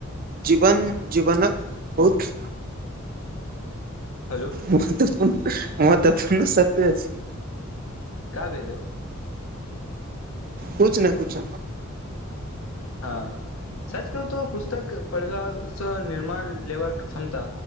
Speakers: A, on the right (about 45°); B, on the left (about 80°).
A: जीवन जीवनक बहुत
B: हेलो
A: महत्वपूर्ण महत्वपूर्ण सत्य अछि
B: का भेलौ
A: कुछ ने कुछ
B: हँ सच कहु तो पुस्तक पढ़ला सँ निर्माण लेबाक क्षमता